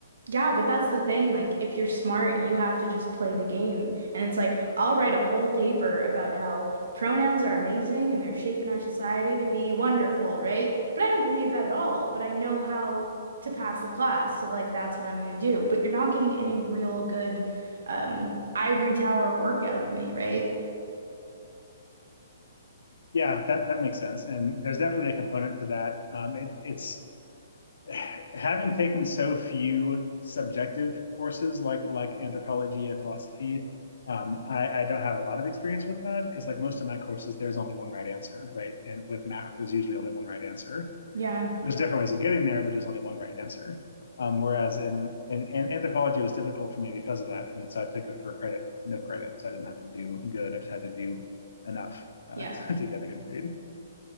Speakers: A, on the right (about 85°); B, on the left (about 80°).
A: Yeah, but that's the thing. Like, if you're smart, you have to just play the game. And it's like, I'll write a whole paper about how pronouns are amazing and they're shaping our society to be wonderful, right? But I don't believe that at all. But I know how to pass the class. So, like, that's what I'm going to do. But you're not getting any real good um, ivory tower work out of me, right?
B: Yeah, that that makes sense, and there's definitely a component to that. Um, it, it's <sighs> having taken so few subjective courses like like anthropology and philosophy. Um, I, I don't have a lot of experience with that because like most of my courses, there's only one right answer, right? And with math, there's usually only one right answer.
A: Yeah.
B: there's different ways of getting there, but there's only one right answer. Um, whereas in, in, in anthropology, it was difficult for me because of that, and so I took it for credit, no credit, so I didn't have to do good. I just had to do enough uh,
A: Yeah.
B: <laughs> to get a good grade.